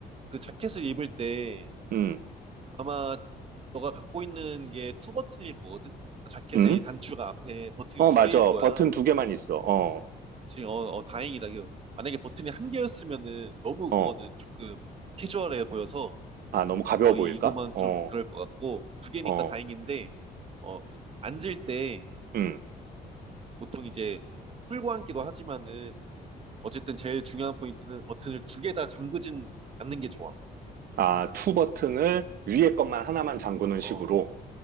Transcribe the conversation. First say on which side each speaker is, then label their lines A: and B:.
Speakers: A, on the right (about 35°); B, on the right (about 65°).
A: 그 자켓을 입을 때
B: 음,
A: 아마 너가 갖고 있는 게 투 버튼일 거거든? 그 자켓의
B: 음.
A: 단추가 앞에 버튼이
B: 어,
A: 두
B: 맞아.
A: 개일 거야.
B: 버튼 두 개만 있어. 어,
A: 그치. 어, 어, 다행이다. 이거 만약에 버튼이 한 개였으면은 너무
B: 어.
A: 그거는 조금 캐주얼해 보여서
B: 아, 너무 가벼워
A: 거의
B: 보일까?
A: 입으면
B: 어,
A: 좀 그럴 것 같고, 두 개니까
B: 어,
A: 다행인데, 어, 앉을 때
B: 음.
A: 보통 이제 풀고 앉기도 하지만은 어쨌든 제일 중요한 포인트는 버튼을 두 개 다 잠그진 않는 게 좋아.
B: 아, 투 버튼을 위에 것만 하나만 잠그는 식으로.
A: 어.